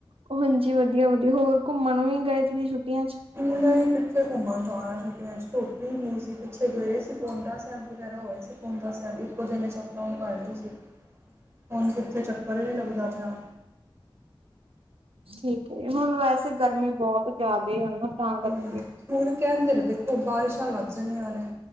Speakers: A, on the right; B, on the right.
A: ਉਹ ਹਾਂਜੀ ਵਧੀਆ- ਵਧੀਆ ਹੋਰ ਘੁੰਮਣ ਨਹੀਂ ਗਏ ਤੁਸੀਂ ਛੁੱਟੀਆਂ 'ਚ।
B: ਨਹੀਂ ਹੀ ਕਿੱਥੇ ਘੁੰਮਣ ਜਾਣਾ ਛੁੱਟੀਆਂ 'ਚ ਧੁੱਪ ਹੀ ਇੰਨੀ ਸੀ ਪਿੱਛੇ ਗਏ ਸੀ ਪੋਂਡਾ ਸਾਹਿਬ ਵਗੈਰਾ ਹੋਏ ਸੀ। ਪੋਂਡਾ ਸਾਹਿਬ ਇੱਕੋ ਦਿਨ 'ਚ ਅੱਪਡਾਊਨ ਕਰ ਲਈ ਸੀ। ਹੁਣ ਕਿੱਥੇ ਚੱਕਰ ਨਹੀਂ ਲੱਗਦਾ ਪਿਆ।
A: ਠੀਕ ਹੈ ਜੀ। ਹੁਣ ਵੈਸੇ ਗਰਮੀ ਬਹੁਤ ਜ਼ਿਆਦਾ ਆ ਨਾ ਤਾਂ
B: ਹੂੰ
A: ਕਰਕੇ।
B: ਹੁਣ ਕਹਿੰਦੇ ਨੇ ਦੇਖੋ ਬਾਰਿਸ਼ਾਂ ਲੱਗ ਜਾਣੀਆਂ ਨੇ